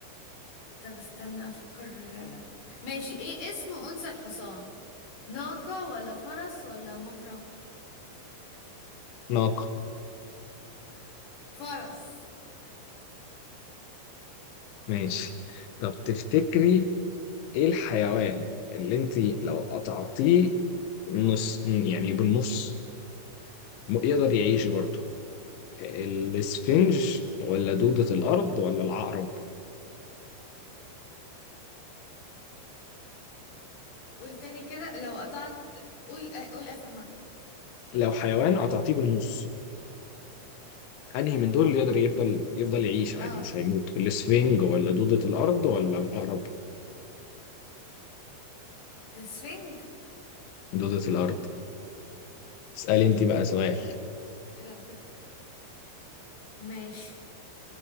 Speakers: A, on the left (about 45°); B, on the left (about 80°).
A: طب استنى افكر آه، ماشي ايه اسم انثى الحصان ناقة ولا فرس ولا مهرة
B: ناقة
A: فرس
B: ماشي طب تفتكري ايه الحيوان اللي انت لو قطعتيه نص يعني بالنص م- يقدر يعيش برضه الاسفنج ولا دودة الارض ولا العقرب
A: قول تاني كده لو قطعت قول قول اخر مرة
B: لو حيوان قطعتيه بالنص انهي من دول اللي يقدر يفضل يفضل يعيش عادي
A: اه
B: مش هيموت الاسفنج ولا دودة الارض ولا العقرب
A: السفنج
B: دودة الارض اسألي انت بقى سؤال
A: إيه ده ما كنت ماشي